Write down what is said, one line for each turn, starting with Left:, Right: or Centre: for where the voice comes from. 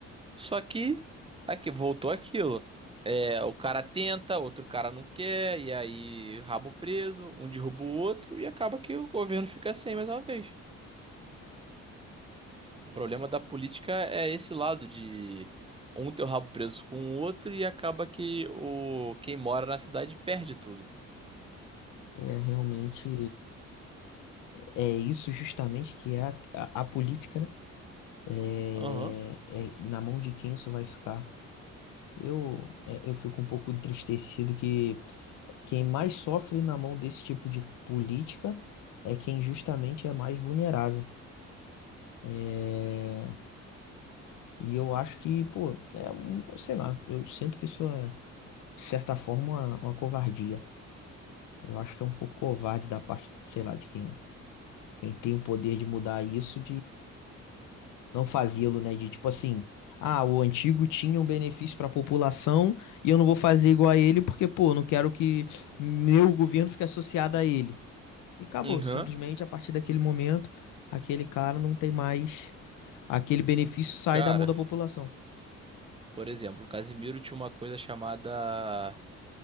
Right: Só que aqui voltou aquilo. É, o cara tenta, outro cara não quer, e aí rabo preso, um derruba o outro e acaba que o governo fica sem mais uma vez. O problema da política é esse lado de um ter o rabo preso com o outro e acaba que o quem mora na cidade perde tudo.
Left: é realmente é isso justamente que é a, a a política, né? É,
Right: Aham.
Left: é, na mão de quem isso vai ficar? Eu, é, eu fico um pouco entristecido que quem mais sofre na mão desse tipo de política é quem justamente é mais vulnerável. É, e eu acho que, pô, é, um- sei lá, eu sinto que isso é, de certa forma, uma, uma covardia. Eu acho que é um pouco covarde da parte, sei lá, de quem, quem tem o poder de mudar isso não fazê-lo, né? De tipo assim, ah, o antigo tinha um benefício para a população e eu não vou fazer igual a ele porque, pô, não quero que meu governo fique associado a ele. E acabou,
Right: Aham.
Left: simplesmente a partir daquele momento, aquele cara não tem mais, aquele benefício sai
Right: Cara,
Left: da mão da população.
Right: por exemplo, o Casimiro tinha uma coisa chamada